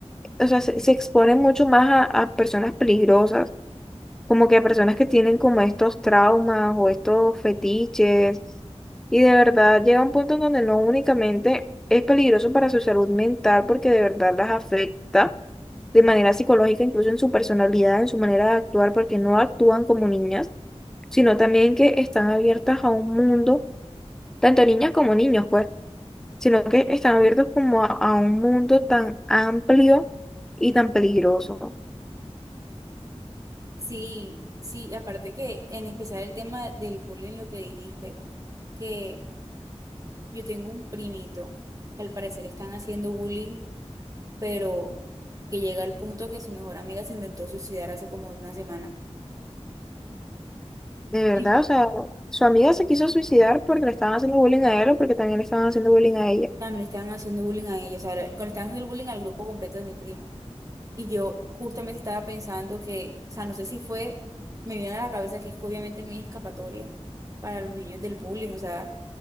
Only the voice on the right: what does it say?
Sí, sí, aparte que en especial el tema del bullying, lo que dijiste, que yo tengo un primito que al parecer le están haciendo bullying, pero que llega al punto que su mejor amiga se intentó suicidar hace como una semana.
Y
también le estaban haciendo bullying a ella, o sea, le estaban haciendo bullying al grupo completo de mi primo. Y yo justamente estaba pensando que, o sea, no sé si fue, me vino a la cabeza que es que obviamente no hay escapatoria para los niños del bullying, o sea,